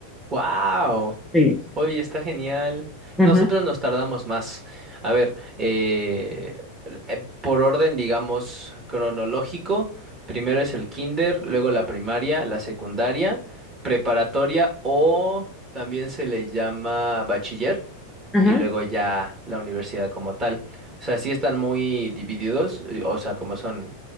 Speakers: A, on the right; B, in the centre.
A: ¡Wow!
B: Sí.
A: Oye, está genial.
B: Ujú,
A: Nosotros nos tardamos más. A ver, eh, eh, por orden, digamos, cronológico, primero es el kinder, luego la primaria, la secundaria, preparatoria o también se le llama bachiller
B: ujú.
A: y luego ya la universidad como tal. O sea, sí están muy divididos, eh, o sea, como son